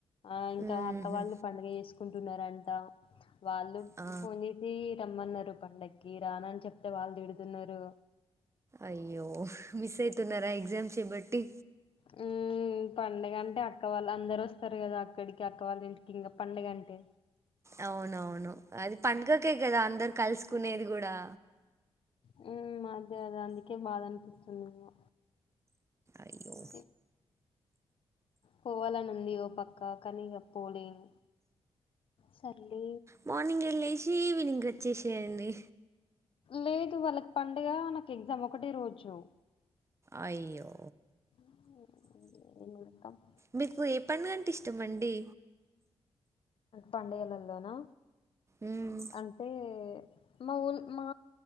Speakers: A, on the left (about 60°); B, on the right (about 25°).
A: ఆ ఇంకా
B: హుహు.
A: అక్క వాళ్ళు పండుగ చేసుకుంటున్నారంట వాళ్ళ
B: ఆ!
A: ఫోన్ చేసి రమ్మన్నారు పండకి రానా అని చెప్తే వాళ్ళు తిడుతున్నారు
B: అయ్యో మిస్ అయితున్నారా ఎగ్జామ్స్ బట్టి
A: హు హు పండగంటే అక్క వాళ్ళ అందరస్తారు కదా అక్కడికి అక్క వాళ్ళ ఇంటికి ఇంగా పండగంటే
B: అవునవును అది పండుగకేకదా అందర్ కలుసుకునేది గుడా
A: హు అద్దె అదే అందుకే బాధ అనిపిస్తుందేమో
B: అయ్యో!
A: ఏ పోవాలనుంది ఓ పక్క కానీ ఇగా పోలేను సర్లే
B: మార్నింగే లేసి ఈవినింగ్ వచ్చేసేయండి
A: లేదు వాళ్ళకి పండగ నాకు ఎగ్జామ్ ఒకటే రోజు
B: అయ్యో
A: హుహు నీన్ ఊడ్తా <unintelligible>
B: మీకు ఏ పండగంటే ఇష్టమండి
A: పండగలల్లోనా
B: మ్మ్
A: అంటే మా ఊల్ మా